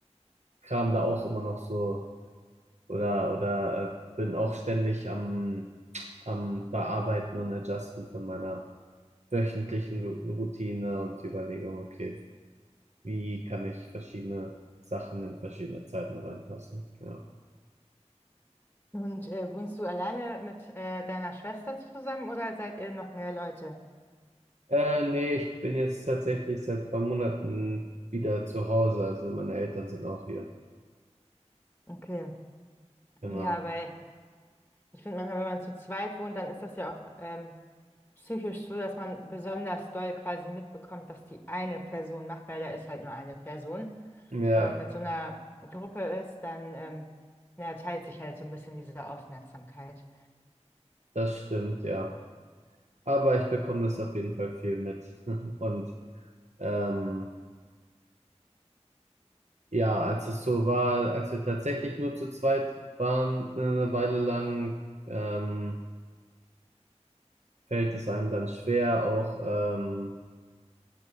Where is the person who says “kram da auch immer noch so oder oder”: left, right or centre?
Right